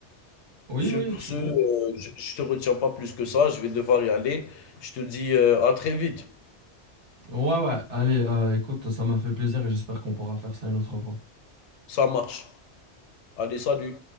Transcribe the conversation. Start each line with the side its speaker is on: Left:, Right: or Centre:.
Right: oui,
Left: sur
Right: oui, excuse-moi.
Left: ce, heu, je je te retiens pas plus que ça, je vais devoir y aller. Je te dis, heu, à très vite.
Right: Ouais, ouais, allez, euh, écoute, ça m'a fait plaisir et j'espère qu'on pourra faire ça une autre fois.
Left: Ça marche. Allez, salut.